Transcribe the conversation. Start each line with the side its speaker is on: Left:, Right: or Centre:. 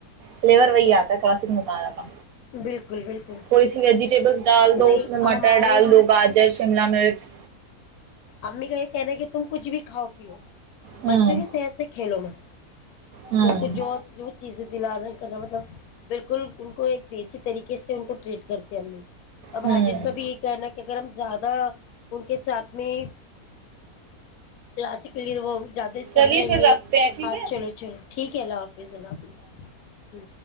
Right: فلیور وہی آتا کلاسک مسالہ کا
Left: بالکل بالکل
Right: تھوڑی سی ویجیٹیبلس ڈال دو
Left: نہیں
Right: اس میں
Left: ہمارے
Right: مٹر ڈال
Left: امی
Right: دو گاجر شملہ مرچ
Left: امی کہ کیا ن کہ تم کچھ بھی کاؤ
Right: ہوں
Left: بچوں کی صحت سے کھیلو مت
Right: ہوں
Left: ان کو جو جو چیزیں دل نہیں کرنا مطلب بالکل ان کو ایک دیسی طریقے سے ان کو ٹریٹ کرتے امی اور بھاجین
Right: ہوں
Left: کا بھی یہی کہنا ہے کہ گگرم زیادہ ان کے ساتھ میں کلاسیکل ہیرو زیادہ اسٹنڈ
Right: چلیے
Left: رہیں
Right: پھر
Left: گے
Right: رکھتے ہیں ٹھیک
Left: ہاں
Right: ہے
Left: چلو چلو ٹھیک ہے اللہ حافظ اللہ حافظ